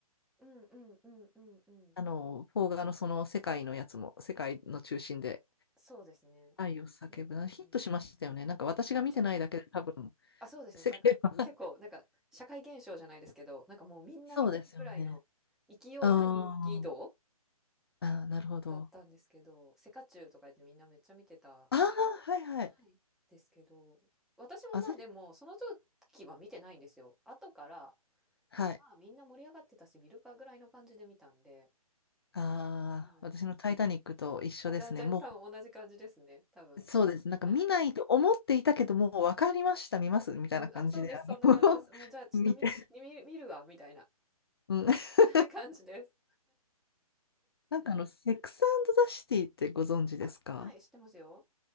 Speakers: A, in the centre; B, on the left.
A: うんうんうんうんうん。
B: あの、邦画のその世界のやつも、世界の中心で
A: そうですね。
B: 愛を叫ぶな。
A: うんうん。
B: ヒットしましたよね。なんか私が見てないだけで多分、
A: めちゃくちゃ。あ、そうですね。
B: 世界は
A: なんか結構、なんか社会現象じゃないですけど、なんかもうみんな見てるぐらいの勢いの人気度
B: そうですよね。あーあー、なるほど。
A: だったんですけど、セカチュウとか言ってみんなめっちゃ見てた
B: ああ、はいはい。
A: はい。ですけど、私もまあでも、
B: あそれ
A: その時は見てないんですよ。後から、
B: はい。
A: いやまあみんな盛り上がってたし、見るかぐらいの感じで見たんで、
B: ああ、
A: はい。
B: 私のタイタニックと一緒ですね。
A: あ、じゃあ、じゃあ多分同じ感じですね、
B: も
A: 多分。
B: う、そうです。なんか見ないと思っていたけど、
A: はい。
B: もう分かりました、見ます、みたいな感じで、
A: うん、あ、そうです、
B: あの
A: そんな感じです。
B: <laughs>
A: もうじゃあちょっとみ見、
B: 見て。
A: 見るわ、みたいな
B: うん、<laughs>
A: <laughs> 感じです。
B: なんかあの、セックスザシティってご存知ですか
A: あ、はい、知ってますよ。